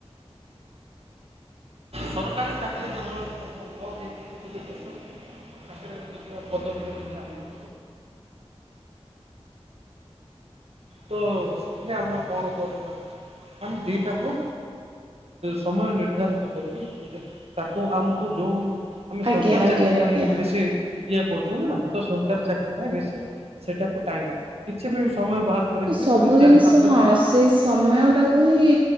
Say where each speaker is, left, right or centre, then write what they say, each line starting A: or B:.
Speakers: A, on the right; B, on the right.
A: ସରକାରୀ ଚାକରିରେ ନ ହୋଇ ଯଦି ବେସରକାରୀ <inaudible> ସରକାରୀ ଚାକିରି ଯଦି <unintelligible> ଚାଲଥିବଁ ତ ସେଥିରେ ଆମର କଣ କରିବାର <unintelligible> ମାନେ ଦିଟାକୁ। ସମୟ ନିର୍ଦ୍ଧାରିତ କରିକି ତାକୁ ଆମକୁ ଯୋଉ ଆମେ
B: ଆଜ୍ଞା
A: ସରକାରୀ
B: ଆଜ୍ଞା
A: ଚାକିରି ପାଇଁ
B: ଆଜ୍ଞା
A: ଏମିତି ଇଏ କରୁଛୁ ନା ତ ସରକାରୀ ଚାକିରୀ ପାଇଁ ବେଶୀ ସେଟାକୁ ଟାଇମ କିଛି ବି ସମୟ ବାହାର କରିକି
B: ସବୁ
A: ବି ଗୋଟେ ଚାରି
B: ଜିନିଷ
A: ପାଞ୍ଚ
B: ହଁ
A: ଘଣ୍ଟା ହୁଁ
B: ସେଇ ସମୟଟାକୁ ହିଁ